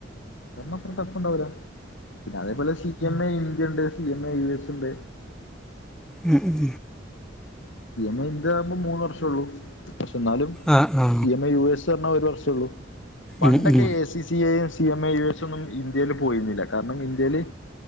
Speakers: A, on the left (about 75°); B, in the centre.
A: ഒന്ന ത്ര ടഫ് ഉണ്ടാവില്ല പിന്നെ അതേ പോലെ C C M A India ണ്ട് C M A U S ഉണ്ട്
B: ഉം ഉം
A: സി എം എ ഇന്ത്യ ആകുമ്പോൾ മൂന്ന് വർഷം ഉള്ളൂ പക്ഷെ എന്നാലും
B: ആ ആ
A: C M I U S ഒരു വർഷംള്ളൂ പണ്ടൊക്കെ
B: ഉം, ഉം.
A: എ സി സി യും C M A U S ഒന്നും ഇന്ത്യയിൽ പോയിരുന്നില്ല കാരണം ഇന്ത്യയില്